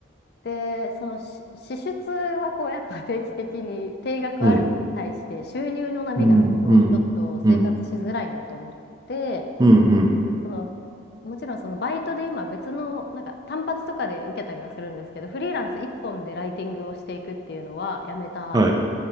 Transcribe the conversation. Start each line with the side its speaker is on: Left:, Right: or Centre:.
Left: で、そのし支出はこうやっぱ定期的に定額あるのに対して収入の波があるとちょっと生活しづらいなと思って、
Right: うん。うん、うん、うん、うん、うん。
Left: そのもちろんそのバイトで今別のなんか単発とかで受けたりはするんですけど、フリーランス一本でライティングをしていくっていうのはやめた。
Right: はい。